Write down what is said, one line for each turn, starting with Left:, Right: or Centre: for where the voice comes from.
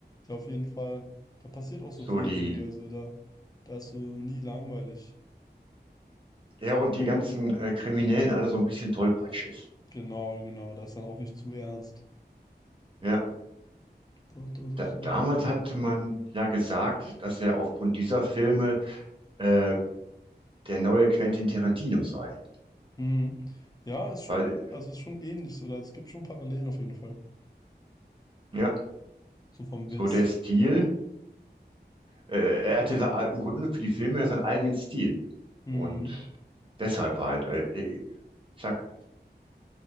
Left: Ja, auf jeden Fall. Da passiert auch so
Right: So
Left: viel
Right: die
Left: irgendwie. Also da, da ist so nie langweilig.
Right: Ja, und die ganzen äh, Kriminellen alle so ein bisschen tollpatschig.
Left: Genau, genau. Da ist dann auch nicht zu ernst.
Right: Ja,
Left: Doch, doch, das
Right: da,
Left: stimmt.
Right: damals hatte man ja gesagt, dass er aufgrund dieser Filme äh, der neue Quentin Tarantino sei.
Left: Mhm. Ja, ist schon,
Right: Weil,
Left: also ist schon ähnlich so. Da, es gibt schon Parallelen auf jeden Fall.
Right: ja,
Left: So vom
Right: so
Left: Witz.
Right: der Stil, äh, er hatte se- im Grunde für die Filme ja seinen eigenen Stil.
Left: Mhm.
Right: Und deshalb halt, äh, äh, ich sag,